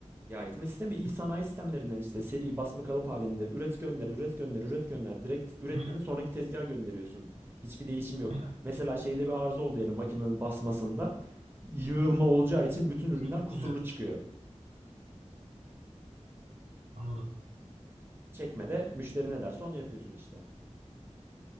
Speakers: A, on the right; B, on the right.
A: ya itme sistemi ilk
B: İt-
A: sanayi sistemlerinden işte seri basma kalıp halinde üret gönder üret gönder üret gönder direkt ürettiğini
B: Aynen,
A: sonraki tezgaha gönderiyorsun. Hiçbir değişim yok.
B: aynen.
A: Mesela şeyde bir arıza oldu diyelim makinenin basmasında yığılma olacağı
B: İt-
A: için bütün ürünler
B: Evet,
A: kusurlu
B: evet.
A: çıkıyor.
B: Anladım.
A: Çekmede müşteri ne derse onu yapıyorsun işte.